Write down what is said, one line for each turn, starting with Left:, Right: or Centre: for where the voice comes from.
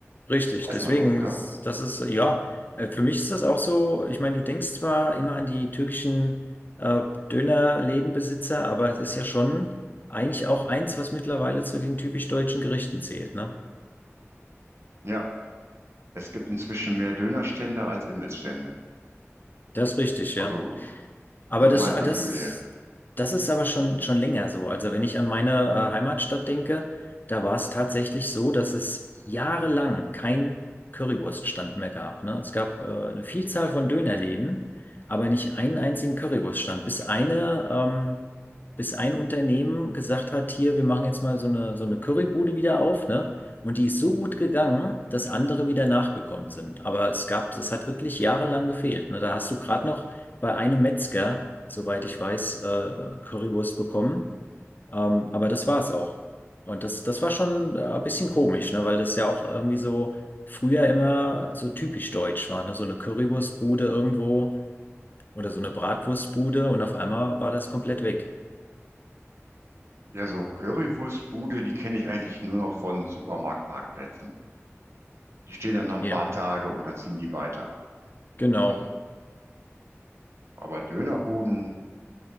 Left: Richtig,
Right: Das weiß
Left: deswegen,
Right: man doch, oder?
Left: das, das ist, ja, äh, für mich ist das auch so, ich meine, du denkst zwar immer an die türkischen äh, Dönerlädenbesitzer, aber es ist ja schon eigentlich auch eins, was mittlerweile zu den typisch deutschen Gerichten zählt, ne?
Right: Ja, es gibt inzwischen mehr Dönerstände als Imbissstände.
Left: Das ist richtig, ja.
Right: Also
Left: Aber
Right: nach
Left: das,
Right: meinem
Left: ah,
Right: Gefühl
Left: das,
Right: her.
Left: das ist aber schon, schon länger so. Also wenn ich an meine äh, Heimatstadt denke, da war es tatsächlich so, dass es jahrelang keinen Currywurststand mehr gab. Ne? Es gab äh, eine Vielzahl von Dönerläden, aber nicht einen einzigen Currywurststand. Bis eine, ähm, bis ein Unternehmen gesagt hat, hier, wir machen jetzt mal so eine, so eine Currybude wieder auf, ne? Und die ist so gut gegangen, dass andere wieder nachgekommen sind. Aber es gab, es hat wirklich jahrelang gefehlt. Ne? Da hast du gerade noch bei einem Metzger, soweit ich weiß, äh, Currywurst bekommen. Ähm, aber das war es auch. Und das, das war schon äh, ein bisschen komisch, ne? Weil das ja auch irgendwie so früher immer so typisch deutsch war, ne? So eine Currywurstbude irgendwo oder so eine Bratwurstbude und auf einmal war das komplett weg.
Right: Ja, so Currywurstbude, die kenne ich eigentlich nur noch von Supermarktparkplätzen. Die stehen dann ein
Left: Ja,
Right: paar Tage und dann ziehen die weiter.
Left: genau.
Right: Also, aber Dönerbuden,